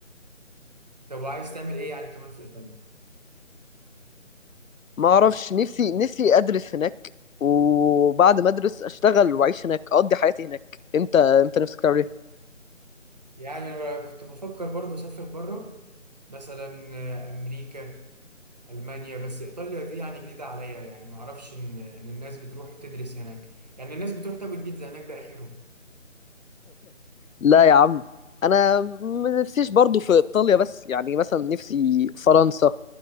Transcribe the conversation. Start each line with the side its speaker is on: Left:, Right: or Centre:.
Right: طب وعايز تعمل ايه يعني كمان في ايطاليا
Left: ما اعرفش نفسي نفسي ادرس هناك وبعد ما ادرس اشتغل واعيش هناك اقضي حياتي هناك انت انت نفسك تعمل ايه
Right: يعني انا كنت بفكر برضو اسافر بره مثلا آه، امريكا المانيا بس ايطاليا دي يعني جديده عليا يعني ما اعرفش ان ان الناس بتروح تدرس هناك يعني الناس بتروح تاكل بيتزا هناك ده اخرهم
Left: لا يا عم انا ما نفسيش برضو في ايطاليا بس يعني مثلا نفسي فرنسا